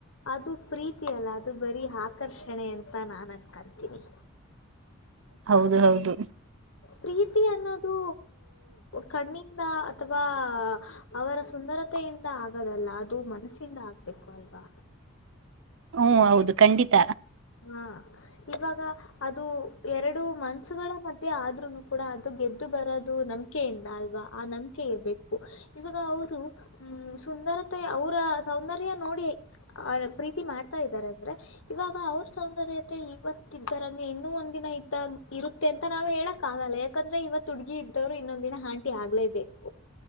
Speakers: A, on the left; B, on the right.
A: ಅದು ಪ್ರೀತಿ ಅಲ್ಲ ಅದು ಬರಿ ಹಾ ಆಕರ್ಷಣೆ ಅಂತ ನಾನ್ ಅನ್ಕತೀನಿ.
B: ಹೌದು ಹೌದು.
A: ಪ್ರೀತಿ ಅನ್ನೋದು ಕಣ್ಣಿಂದ ಅಥವಾ ಅವರ ಸುಂದರತೆಯಿಂದ ಆಗದಲ್ಲ ಅದು ಮನಸ್ಸಿಂದ ಆಗ್ಬೇಕು ಅಲ್ವಾ.
B: ಹು ಹೌದು ಖಂಡಿತ.
A: ಹಾ ಇವಾಗ ಅದು ಎರಡು ಮನ್ಸುಗಳ ಮಧ್ಯೆ ಆದ್ರುನು ಕೂಡ ಅದು ಗೆದ್ದು ಬರೋದು ನಂಬ್ಕೆಯಿಂದ ಅಲ್ವಾ ಆ ನಂಬ್ಕೆ ಇರ್ಬೇಕು ಇವಾಗ ಅವ್ರು ಹ್ಮ ಸುಂದರತೆ ಅವ್ರ ಸೌಂದರ್ಯ ನೋಡಿ ಪ್ರೀತಿ ಮಾಡ್ತಾ ಇದ್ದಾರೆ ಅಂದ್ರೆ ಇವಾಗ ಅವ್ರ್. ಸೌಂದರ್ಯತೆ ಇವತ್ತ ಇದ್ದರಂಗೆ ಇನ್ನು ಒಂದ್ ದಿನ ಇದ್ದಾಗ ಇರುತ್ತೆ ಅಂತ ನಾವ್ ಹೇಳಕ್ ಆಗಲ್ಲ ಯಾಕಂದ್ರೆ ಇವತ್ ಹುಡ್ಗಿ ಇದ್ದವ್ರು ಇನ್ನೊಂದ್ ದಿನ ಹಾಂಟಿ ಆಗ್ಲೇಬೇಕು.